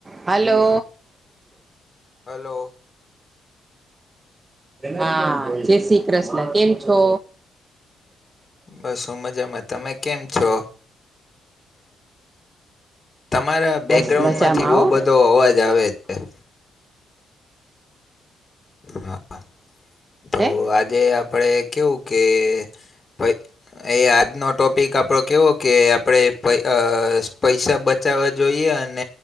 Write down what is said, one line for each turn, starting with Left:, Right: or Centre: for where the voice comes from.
Right: Hello.
Left: Hello
Right: હા જય શ્રી કૃષ્ણ કેમ છો?
Left: બસ હું મજામાં. તમે કેમ છો? તમારા
Right: બસ
Left: બેકગ્રાઉન્ડ
Right: મજામાં
Left: માંથી બહુ
Right: હો
Left: બધો અવાજ આવે છે. હા તો
Right: હે
Left: આજે આપડે કેવું કે <inaudible> એ આજનો ટોપિક આપડો કેવો કે આપડે પ પૈસા બ ચાવા જોઈએ અને